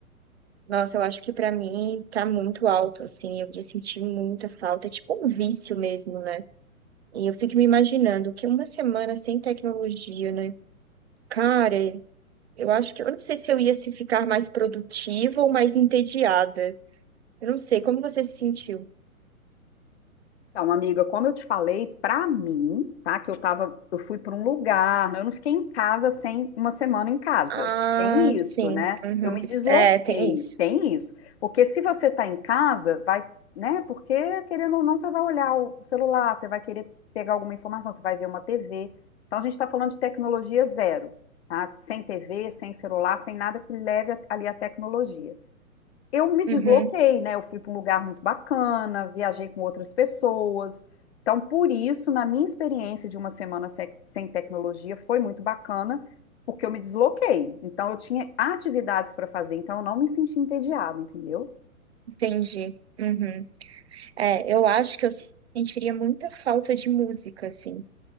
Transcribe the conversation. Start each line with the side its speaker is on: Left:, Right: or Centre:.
Right: Nossa, eu acho que pra mim tá muito alto, assim. Eu ia sentir muita falta, é tipo um vício mesmo, né? E eu fico me imaginando que uma semana sem tecnologia, né? Cara, eu acho que eu não sei se eu ia se ficar mais produtiva ou mais entediada. Eu não sei, como você se sentiu?
Left: Então, amiga, como eu te falei, pra mim, tá? Que eu tava, eu fui pra um lugar, eu não fiquei em casa sem uma semana em casa.
Right: Ah,
Left: Tem
Right: sim.
Left: isso, né?
Right: Uhum.
Left: Eu me desloquei,
Right: É, tem isso.
Left: tem isso. Porque se você tá em casa, vai, né? Porque querendo ou não, você vai olhar o o celular, você vai querer pegar alguma informação, você vai ver uma TV. Então, a gente tá falando de tecnologia zero, tá? Sem TV, sem celular, sem nada que leve a- ali a tecnologia eu me desloquei,
Right: Uhum.
Left: né? Eu fui para um lugar muito bacana, viajei com outras pessoas. Então, por isso, na minha experiência de uma semana se- sem tecnologia, foi muito bacana, porque eu me desloquei. Então, eu tinha atividades para fazer, então eu não me senti entediada, entendeu?
Right: Entendi. Uhum. É, eu acho que eu sentiria muita falta de música, assim.